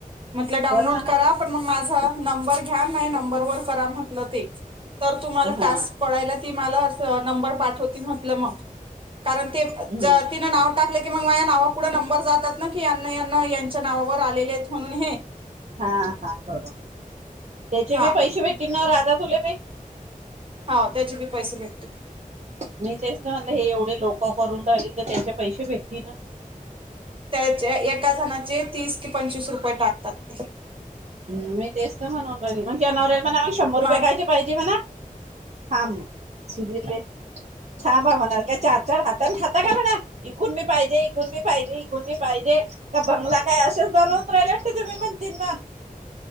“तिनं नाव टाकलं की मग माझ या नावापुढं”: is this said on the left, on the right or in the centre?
Right